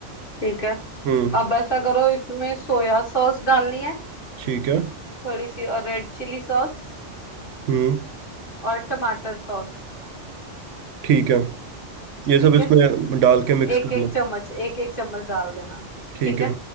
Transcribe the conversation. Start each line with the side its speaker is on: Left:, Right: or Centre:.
Left: ठीक है
Right: हम्म
Left: अब ऐसा करो इसमें सोया सॉस डालनी है
Right: ठीक है
Left: थोड़ी सी और रेड चिली सॉस
Right: हम्म
Left: और टमाटर सॉस
Right: ठीक है ये
Left: ठीक
Right: सब
Left: है
Right: इसमें डाल के मिक्स
Left: एक
Right: कर
Left: एक
Right: लो
Left: चम्मच एक एक चम्मच डाल देना
Right: ठीक
Left: ठीक
Right: है
Left: है